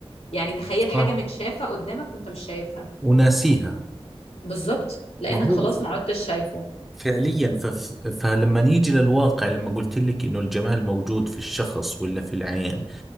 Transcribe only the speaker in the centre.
صح
وناسيها
ما هو
فعليا فف... فلما نيجي للواقع لما قلت لك انه الجمال موجود في الشخص ولا في العين